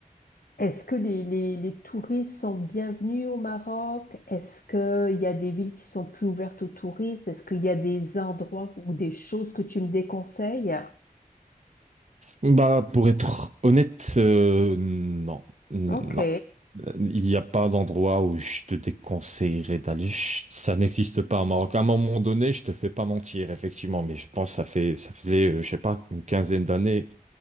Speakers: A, on the left; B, on the right.
A: Est-ce que les, les- les touristes sont bienvenus au Maroc? Est-ce qu'il y a des villes qui sont plus ouvertes aux touristes? Est-ce qu'il y a des endroits ou des choses que tu me déconseilles?
B: Bah pour être honnête, euh, non, non,
A: Ok.
B: Euh, il n'y a pas d'endroit où je te déconseillerais d'aller. Je- Ça n'existe pas au Maroc. À un moment donné, je te fais pas mentir effectivement, mais je pense que ça fait ça faisait euh, je sais pas une quinzaine d'années.